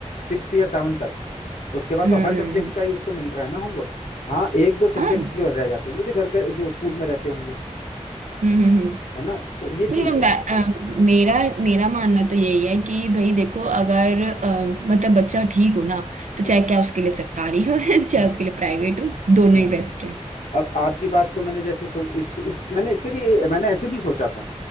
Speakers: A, on the left; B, on the right.
A: सिक्स या सेवन तक उसके बाद
B: हम्म
A: तो
B: हम्म
A: हर सब्जेक्ट
B: हम्म
A: का ही उसको मिल रहा है ना होमवर्क हाँ एक दो सब्जेक्ट
B: हाँ, हम्म
A: जो रह जाते होंगे जो घर पे जो स्कूल में रहते होंगे
B: हम्म हम्म।
A: है ना तो ये
B: नहीं
A: चीज
B: नहीं,
A: है
B: मैं अ, मेरा मेरा मानना तो यही है कि भाई देखो अगर अ, मतलब बच्चा ठीक हो ना तो
A: हाँ
B: चाहे क्या उसके लिए सरकारी हो <laughs> चाहे
A: हाँ
B: उसके लिए प्राइवेट हो दोनों
A: हाँ
B: ही बेस्ट है
A: अब आपकी बात को मैंने जैसे सो, इस, इस मैंने इससे भी मैंने ऐसे भी सोचा था